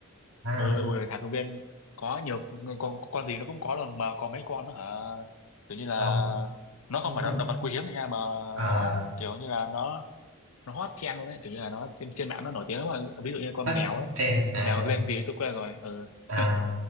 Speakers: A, on the right (about 65°); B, on the left (about 75°).
A: à
B: ờ ừ, ui, thả công viên có nhiều con con gì nó cũng có luôn mà có mấy con nó hả kiểu như là
A: con
B: nó không
A: con
B: phải
A: con
B: là động vật quý hiếm rồi nha mà
A: à,
B: nó kiểu như là nó nó hot trend luôn đấy kiểu như là nó trên trên mạng nó nổi tiếng lắm mà ví dụ như con
A: hết
B: mèo á
A: trend à
B: con mèo
A: con
B: tên gì ấy, tôi quên rồi ừ
A: à
B: <laughs>